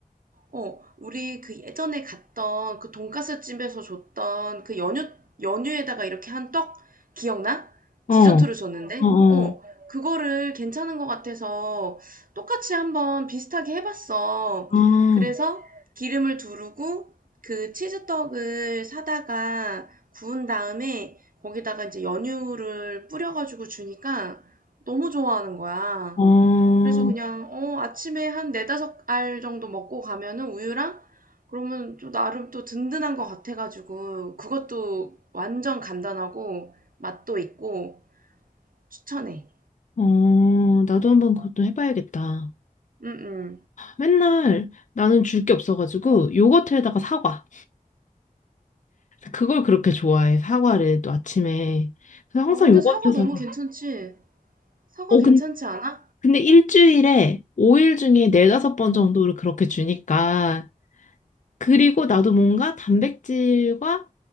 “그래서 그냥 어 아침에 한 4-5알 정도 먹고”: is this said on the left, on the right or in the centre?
Right